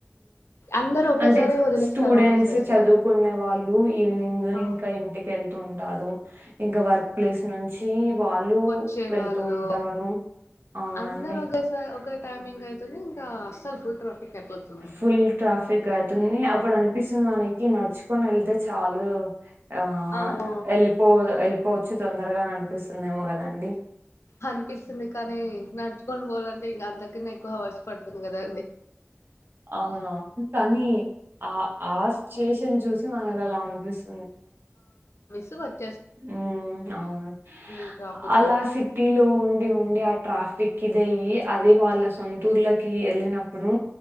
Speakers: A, on the left; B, on the right.
A: అందరు ఒకేసారి
B: అంటే
A: వదిలేస్తారు
B: స్టూడెంట్స్
A: ఆఫీసర్స్
B: చదువుకునే వాళ్ళు ఈవినింగ్
A: ఆ
B: ఇంకా ఇంటికి ఎళ్తుూ ఉంటాడు ఇంకా వర్క్ ప్లేస్ నుంచి వాళ్ళు
A: వచ్చే
B: వెళ్తూ
A: వాళ్ళు
B: ఉంటారు అవునండి
A: అందరు ఒకేసారి ఒకే టైమింగ్ అయితుంది ఇంకా అస్సలు ఫుల్ ట్రాఫిక్ అయిపోతుంది
B: ఫుల్ ట్రాఫిక్ అవుతుంది అప్పుడు అనిపిస్తుంది మనకి నడుచు తీకని వెళ్తే చాలు ఆ
A: అవు
B: ఎలిిపో ఎ పోవచ్చు తొందరగా అనిపిస్తుందేమో కదండి
A: అనిపిస్తుంది కానీ నా కొను బోల్ంనికింగ అంత ఎక్కువ హవర్స్ పడుతుంది కదా
B: అవునవును కానీ ఆ ఆ సిచువేషన్ చూసి మనకు అలా అనిపిస్తుంది
A: ట్
B: ఉ అవును
A: ఈ ట్రాఫిక్
B: అలా
A: అని
B: సిటీలో ఉండి ఉండడి అ ట్రాఫిక్ ఇదే్య అది వాళ్ళ సొంతూర్లకి వెళ్ళినప్పుడు